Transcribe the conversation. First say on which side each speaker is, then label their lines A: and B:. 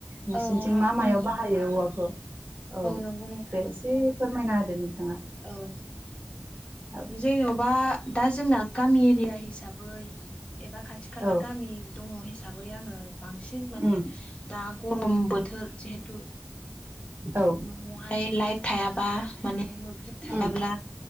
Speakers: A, on the right (about 50°); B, on the left (about 25°).
A: नोंसिनिथिं
B: औ हागोन
A: मा मायाव
B: नोंथां
A: बाहायो औवाखौ औ
B: नंगौ नोंथां
A: दे इसे फोरमायना होदो नोंथाङा
B: औ
A: औ
B: जेन'बा दा जोंना गामि एरिया हिसाबै एबा खाथि खाला
A: औ
B: गामि दङ हिसाबै आङो बांसिन माने
A: उम
B: दा गरम बोथोर जिहेथु
A: औ
B: न'आवहाय लाइट थायाबा माने मोब्लिब थायाब्ला
A: उम